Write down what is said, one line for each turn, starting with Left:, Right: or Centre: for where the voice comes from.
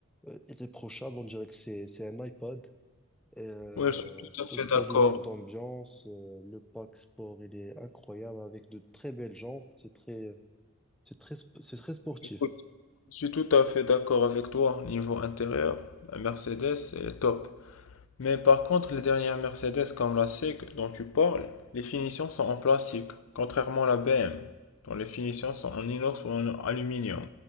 Centre: euh, irréprochable. On dirait que c'est c'est un iPod. Euh,
Left: Ouais, je suis tout à
Centre: tout
Left: fait
Centre: ce
Left: d'accord.
Centre: qui est lumière d'ambiance, euh, le pack sport, il est incroyable avec de très belles jantes. C'est très, c'est très, sp- c'est très sportif.
Left: Écoute, je suis tout à fait d'accord avec toi. Niveau intérieur, la Mercedes est top. Mais par contre, les dernières Mercedes comme la S E C, dont tu parles, les finitions sont en plastique, contrairement à la BM, dont les finitions sont en inox ou en aluminium.